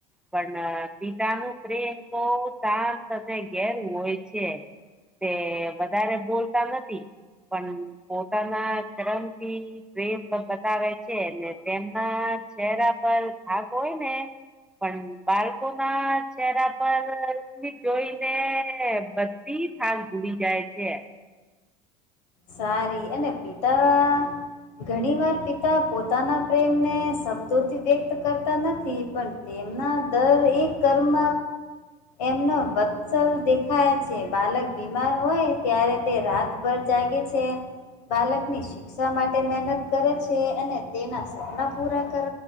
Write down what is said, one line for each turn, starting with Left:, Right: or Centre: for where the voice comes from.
Centre: પણ પિતા નું પ્રેમ તો શાંત અને ઘેરુ હોય છે તે વધારે બોલતા નથી પણ પોતાના ચરન એ... ક્રિમ પણ બતાવે છે અને તેમના ચહેરા પર થાક હોય ને પણ બાળકો ના ચહેરા પર સ્મિત જોઈને બધ તી થાક ભૂલી જાય છે.
Left: સારી અને પિતા ઘણી વાર પિતા પોતાના પ્રેમને શબ્દોથી વ્યક્ત કરતા નથી. પણ, તેમના દર એ કર્મ એમનો વત્સલ દેખાય છે. બાલક બીમાર હોય ત્યારે તે રાતભર જાગે છે. બાલકની શ શિક્ષા માટે મહેનત કરે છે. અને તેના સપના પૂરા કર